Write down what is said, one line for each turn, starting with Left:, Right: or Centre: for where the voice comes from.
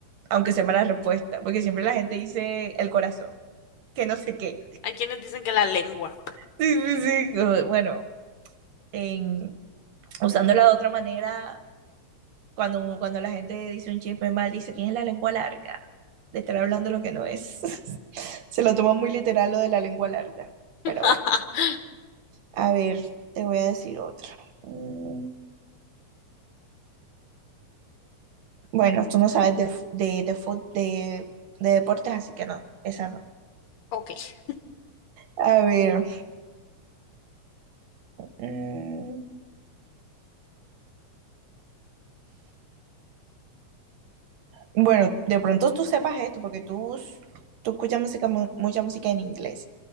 Right: aunque sepa la respuesta, porque siempre la gente dice el corazón, que no sé qué.
Left: Hay quienes dicen que la lengua.
Right: Sí, sí, sí. Uh, Bueno, en, usándola de otra manera, cuando, cuando la gente dice un chisme mal, dice, tienes la lengua larga, de estar hablando lo que no es. <laughs> Se lo toma muy literal lo de la lengua larga, pero
Left: <laughs>
Right: bueno, a ver, te voy a decir otra. Mm, Bueno, tú no sabes de, f- de, de, fut- de, de deportes, así que no, esa no.
Left: Ok.
Right: A ver, mm, Bueno, de pronto tú sepas esto, porque tú, s- tú escuchas música, mu- mucha música en inglés.